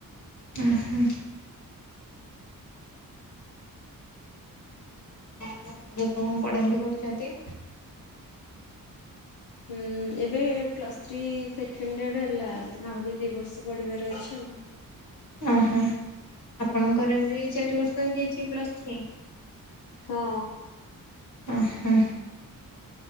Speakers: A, on the left; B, on the left.
A: ଓ ହୋ। ଏବେ କଣ ପଢାପଢି କରୁଛନ୍ତି?
B: ହୁଁ, ଏବେ ପ୍ଲସ୍ ଥ୍ରୀ ସେକେଣ୍ଡ ଇୟର୍ ହେଲା। ମାନେ ଆହୁରି ଦି ବର୍ଷ ପଢିବାର ଅଛି ଆଉ।
A: ଅଁ, ହଁ ଆପଣଙ୍କର ବି ଚାରି ବର୍ଷ ହେଇଯାଇଛି ପ୍ଲସ୍ ଥ୍ରୀ?
B: ହଁ।
A: ଅଁ, ହଁ।